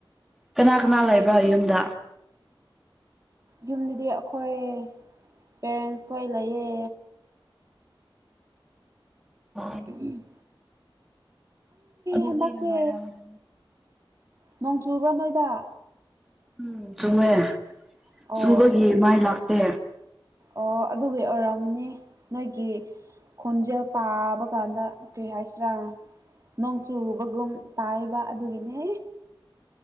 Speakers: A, in the centre; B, on the right (about 35°).
A: ꯀꯅꯥ ꯀꯅꯥ ꯂꯩꯕ꯭ꯔꯣ ꯌꯨꯝꯗ
B: ꯌꯨꯝꯗꯗꯤ ꯑꯩꯈꯣꯏ ꯄꯦꯔꯦꯟꯁꯈꯣꯏ ꯂꯩꯌꯦ
A: ꯑꯣ
B: ꯎꯝ ꯎꯝ
A: ꯑꯗꯨꯗꯤ
B: ꯍꯟꯗꯛꯁꯦ
A: ꯅꯨꯡꯉꯥꯏꯔꯗ
B: ꯅꯣꯡ ꯆꯨꯕꯣ ꯅꯣꯏꯗ
A: ꯎꯝ ꯆꯨꯝꯑꯦ
B: ꯑꯣ
A: ꯆꯨꯝꯕꯒꯤ ꯃꯥꯏ ꯂꯥꯛꯇꯦ
B: ꯑꯣ ꯑꯗꯨꯒꯤ ꯑꯣꯏꯔꯝꯅꯤ ꯅꯣꯏꯒꯤ ꯈꯣꯟꯖꯦꯜ ꯄꯥꯕ ꯀꯥꯟꯗ ꯀꯔꯤ ꯍꯥꯏꯁꯔꯥ ꯅꯣꯡ ꯆꯨꯨꯕꯒꯨꯝ ꯇꯥꯏꯕ ꯑꯗꯨꯒꯤꯅꯦ